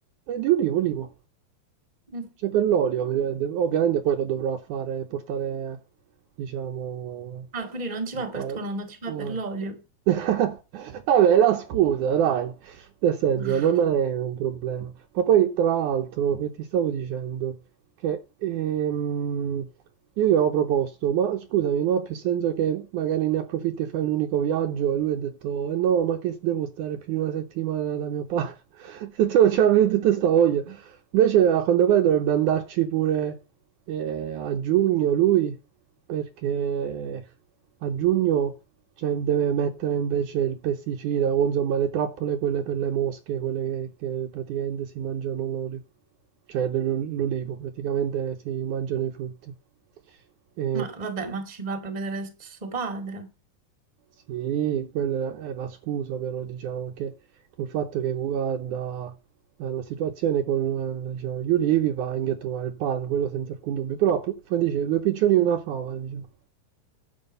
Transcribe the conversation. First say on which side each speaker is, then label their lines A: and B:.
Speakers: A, on the right; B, on the right.
A: eh, di ulivo, ulivo.
B: Mm.
A: C'è per l'olio, ovviamente ovviamente poi lo dovrò fare, portare, diciamo,
B: Ah, quindi non ci va
A: a
B: per
A: fare...
B: tuo nonno, ci va
A: no.
B: per l'olio.
A: <laughs> Vabbè, la scusa, dai, nel senso,
B: <laughs>
A: non è un problema. Ma poi, tra l'altro, che ti stavo dicendo, che ehm, io gli avevo proposto, ma scusami, non ha più senso che magari ne approfitti e fai un unico viaggio? E lui ha detto, "Eh no, ma che devo stare più di una settimana da mio padre? <laughs> Se tu non <laughs> c'avevi tutta sta voglia. Invece a quanto pare dovrebbe andarci pure eh, a giugno lui, perché a giugno cioè, deve mettere invece il pesticida o insomma le trappole quelle per le mosche, quelle che, che praticamente si mangiano l'olio, cioè l'ol- l'olivo, praticamente si mangiano i frutti. E...
B: Mm. Ma vabbè, ma ci va per vedere suo padre.
A: Sì, quella è la scusa però diciamo che col fatto che guarda eh, la situazione con eh, diciamo, gli ulivi va anche a trovare il padre, quello senza alcun dubbio, però appunto, dice due piccioni e una fava, diciamo.